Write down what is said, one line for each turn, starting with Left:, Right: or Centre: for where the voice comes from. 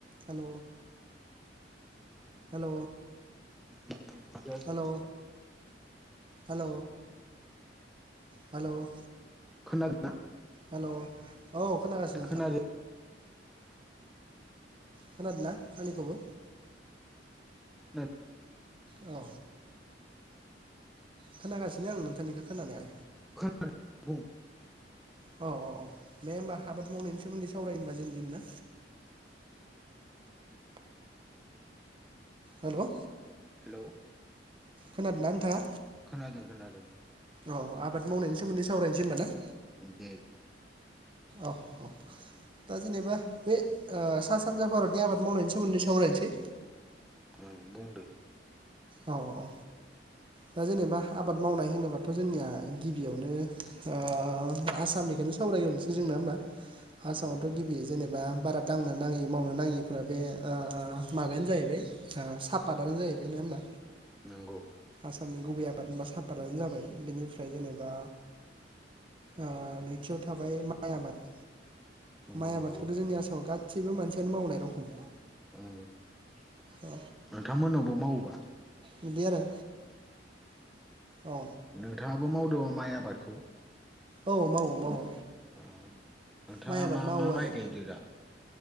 Right: हेल'। Hello
Centre: मानो बिदि जादों
Right: हेल' हेल' हेल'।
Centre: खोना
Right: हेल' औ खोनागासिनो
Centre: खोनादों
Right: नोंथां।
Centre: आंबो
Right: खोनादों ना आंनिखौबो?
Centre: <unintelligible>
Right: औ। खोनागासि नो आं नोंथांनिखौ खोनानाय
Centre: <unintelligible> बुं
Right: औ औ औ दे होनबा आबाद मावनायनि सोमोन्दै सावरायनो होनबा जों दिनै ना। Hello
Centre: hello.
Right: खोनादोंना नोंथाङा?
Centre: खोनादों खोनादों।
Right: औ आबाद मावनायनि सोमोन्दै सावरायनोसै होमबा ना।
Centre: दे।
Right: औ औ दा जेनेबा बे ओ सा सानजा भारतनि आबाद मावनायनि सोमोन्दै सावरायनोसै।
Centre: ओं बुंदो।
Right: औ औ दा जेनेबा आबाद मावनाय होनोबाथ' जोंनिया गिबियावनो ओ आसामनिखोनो सावरायगोरनोसै जोंना होमबा। आसामावथ'
Centre: ओम
Right: गिबि जेनेबा भारत दांनो मावनो नाङिफ्रा बे ओ माबायानो जाहैबाय ओ साफादानो जाहैबाय नङा होमबा
Centre: नंगौ
Right: आसामनि गुबै आबाद होनबा साफादानो जाबाय बेनिफ्राय जेनेबा ओ नैथियाव थाबाय माइ आबाद
Centre: नंगौ
Right: माइ
Centre: नंगौ
Right: आबादखौथ' जोंनि आसामाव गा सैबो मानसियानो मावनाय रखम
Centre: ओं नोंथांमोननावबो
Right: औ
Centre: मावो बा
Right: बिदि आरो औ
Centre: नोंथाङाबो माव दङ माइ आबादखौ।
Right: औ मावो मावो
Centre: आ नोंथाङा
Right: माइ आबाद
Centre: मा
Right: मावो
Centre: मा माइ
Right: आरो
Centre: गायदो दा?